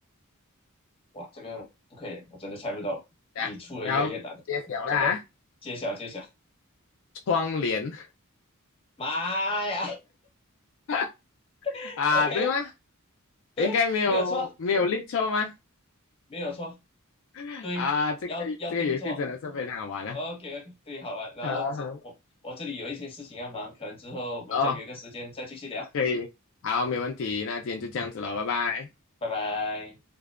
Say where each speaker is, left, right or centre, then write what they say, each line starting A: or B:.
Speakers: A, on the left (about 25°); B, on the left (about 65°).
A: <laughs> 哇，这个不可以，我真的猜不到，
B: 啊，
A: 你出的越来越难了，
B: 然后变小了啊，
A: 怎么揭晓揭晓？
B: 窗帘
A: 妈呀
B: <laughs>
A: <laughs>，OK，
B: 啊，对吗？
A: 对，
B: 应该没有没有立错吗？
A: 没有错，没有错，
B: <laughs>
A: 对，
B: 啊，这个这个游戏真的是非常好玩啊。
A: 要要定做。OK，对，好吧，然后这我我这里有一些事情要忙，
B: 好好，
A: 可能之后我们再约个时间再继续聊。
B: 哦，可以，好，没问题，那今天就这样子了，拜拜。
A: 拜拜。